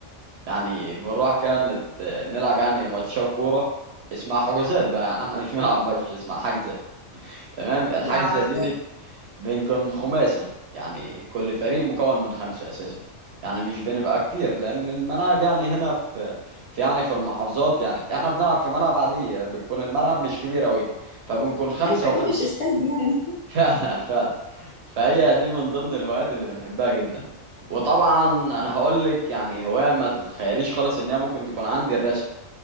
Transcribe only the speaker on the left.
اه عارفة
ايوه اكيد
مش استاذ يعني